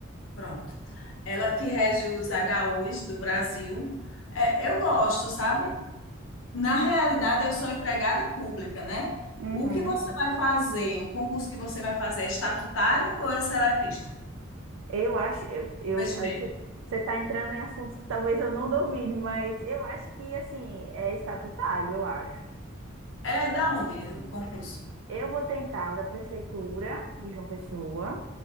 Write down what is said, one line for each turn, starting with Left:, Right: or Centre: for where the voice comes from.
Left: Pronto. Ela que rege os HUs do Brasil. É, eu gosto, sabe? Na realidade, eu sou empregada pública, né?
Right: Uhum.
Left: O que você vai fazer, o concurso que você vai fazer é estatutário ou é seletista?
Right: Eu acho, eu, eu-
Left: Regimento.
Right: aí você está entrando em assuntos que talvez eu não domine, mas eu acho que, assim, é estatutário, eu acho.
Left: É da onde o concurso?
Right: Eu vou tentar o da prefeitura de João Pessoa